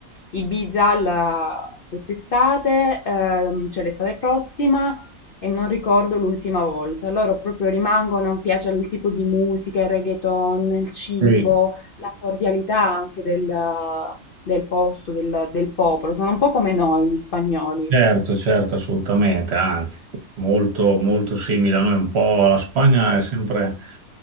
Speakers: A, on the left; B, on the right.
A: Ibiza la- quest'estate, ehm, cioè l'estate prossima, e non ricordo l'ultima volta. Loro proprio rimangono, mi piace il tipo di musica, il reggaeton, il cibo,
B: Sì,
A: la cordialità anche del, del posto, del, del popolo. Sono un po' come noi, gli spagnoli.
B: certo, certo, assolutamente, anzi, molto, molto simile a noi, un po' la Spagna è sempre,